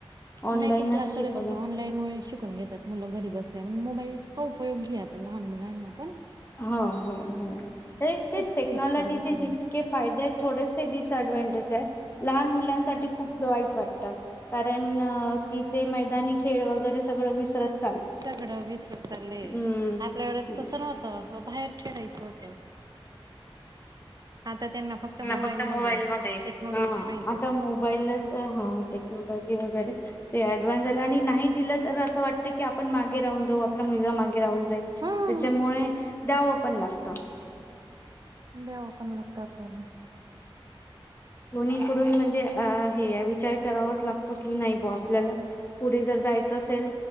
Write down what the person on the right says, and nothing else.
नाही पण क्लास
फता ऑनलाईन मु शिकून घेतात मुलं घरी बसल्या मोबाईल का उयोगी आता लहान लहानना पण
खूप
सोयीस्कर झालेला
आहे.
सगळं विसरत चाललेय
आपल्या एढच तसं नव्हतं बाहेर खेळायचं होतं आता त्यांना
मध्ये
टेक्नॉलॉजी पाहिजे
हम
द्याव पण लागतं आपल्याला